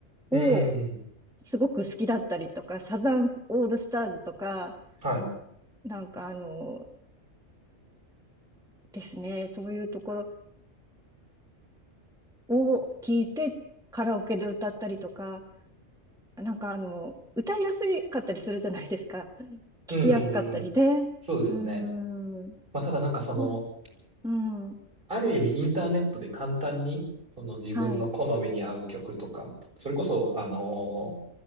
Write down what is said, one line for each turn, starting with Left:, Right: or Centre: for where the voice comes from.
Right: うんうんうん。
Centre: をすごく好きだったりとか、サザンオールスターズとか、
Right: はい。
Centre: なんかあの、ですね、そういうところを聞いてカラオケで歌ったりとか、なんかあの、歌いやすかったりするじゃないですか。
Right: うんうんうんうん。
Centre: 聞きやすかったりで、
Right: そうですよね。
Centre: うーん、
Right: まあ、ただなんかその、
Centre: うん、うん、
Right: ある意味インターネットで簡単に、その自分の好みに合う曲とか、
Centre: はい、
Right: それこそ、あの、